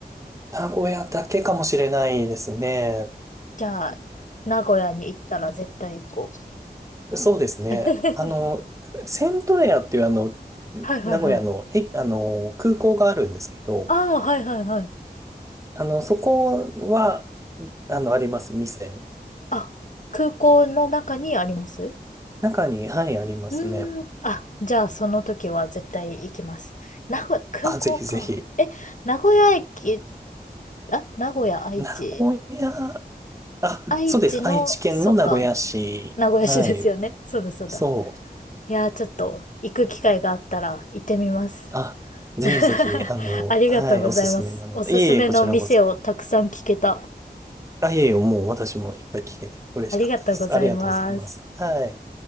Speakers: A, on the right; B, on the left.
A: 名古屋だけかもしれないですね。
B: じゃあ、名古屋に行ったら絶対行こ
A: そうですね。
B: う。<laughs>
A: あの、セントレアっていうあの、
B: はいはいはい。
A: 名古屋の、え、あの、空港があるんですけど、
B: ああ、はいはいはい。
A: あの、そこは、あの、あります、店。
B: あ、空港の中にあります
A: 中に、はい、ありますね。
B: うーん。あ、じゃあその時は絶対行きます。名古屋、空港か。
A: あ、ぜひぜひ。
B: え、名古屋駅、あ、名古屋、愛知。
A: 名古屋、あ、
B: 愛知の、
A: そうです。愛知県の名古屋市。
B: そっか、名古屋市ですよね。
A: はい。
B: <laughs> そうだそうだ。
A: そう。
B: いやー、ちょっと行く機会があったら行ってみます。
A: あ、ぜひぜひ、
B: <laughs>
A: あの、
B: ありがとうございます。
A: はい、おすすめなので。
B: おすすめの店をたくさん聞けた。
A: いえいえ、こちらこそ。あ、いえいえ、もう私もいっぱい聞けて嬉しかったです。
B: ありがとうございます。
A: ありがとうございます。はい。